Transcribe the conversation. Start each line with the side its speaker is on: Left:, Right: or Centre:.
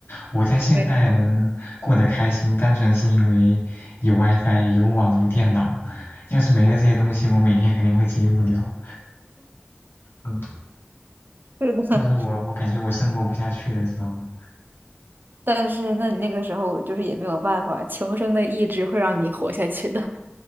Left: 我在现代能过得开心，
Right: 没错，
Left: 单纯是因为有 WiFi、有网、有电脑。要是没了这些东西，我每天肯定会贼无聊。嗯，<laughs>
Right: 是的。
Left: 就是我我感觉我生活不下去了，
Right: <laughs>
Left: 知道吗？
Right: 但是那你那个时候就是也没有办法，求生的意志会让你活下去的。